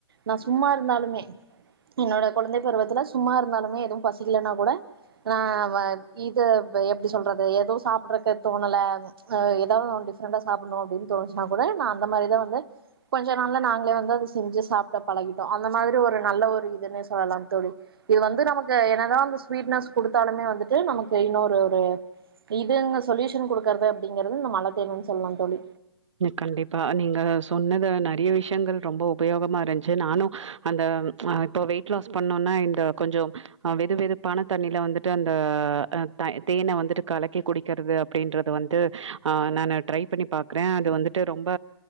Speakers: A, on the right; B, on the right.
A: நா சும்மா இருந்தாலுமே என்னோட கொழந்தைக்கு ஒரு வெத்தல சும்மா இருந்தாலுமே எது பசிக்கலனா கூட நா வ இது எப்டி சொ சொல்றது எது சாப்புடறக்கே தோணல ஏதாவது டிஃப்ரெண்டா சாப்பிடணு அப்டினு தோணுச்னா கூட நா அந்த மாரிதா வந்து கொஞ்ச நாள்ல நாங்களே வந்து அத செஞ்சு சாப்டே பழகிட்டோ அந்த மாரி ஒரு நல்ல ஒரு இதுன்னே சொல்லலா தோழி இது வந்து நமக்கு என்னதா வந்து ஸ்வீட்னஸ் குடுத்தாலுமே வந்துட்டு நமக்கு இன்னொரு ஒரு இதுங்க சொல்யூஷன் குடுக்கறது அப்டிங்கறது இந்த மலத்தேனுனு சொல்லலா தோழி
B: கண்டிப்பா நீங்க சொன்னத நா நெறைய விஷயங்கள் ரொம்ப உபயோகமாருந்துச்சு நானு அந்த ஆ இப்ப வெயிட் லாஸ் பண்ணோனா இந்த கொஞ்சோ ஆ வெது வெதுப்பான தண்ணில வந்துட்டு அந்த த தேன வந்துட்டு கலக்கி குடிக்கிறது அப்டின்றது வந்து ஆ நா ட்ரை பண்ணிபாப் ரே அது வந்துட்டு ரொம்ப